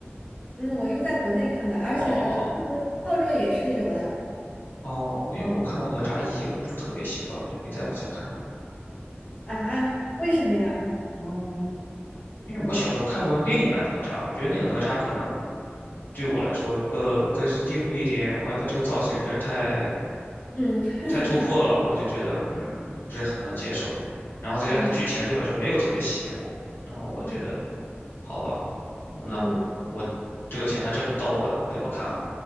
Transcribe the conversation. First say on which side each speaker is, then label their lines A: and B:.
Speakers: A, on the left; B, on the left.
A: 嗯，我是在国内看的，而且呃，
B: 哦哦哦
A: 澳洲也是有的
B: 哦，因为我看过哪吒一，我不是特别喜欢，我就没再往下看。
A: 啊？为什么呀？
B: 嗯，因为我小时候看过另一版哪吒，我觉得那个哪吒可能对我来说更根深蒂固一点。我感觉他这个造型有点儿太
A: 嗯 <laughs>，
B: 太突破了，我就觉得嗯不是很能接受。然后再加上它剧情对我来说没有特别吸引我，
A: 嗯
B: 然后我觉得
A: 嗯
B: 好吧，那我我这个钱他挣不到我的，
A: 嗯，
B: 我就不看了。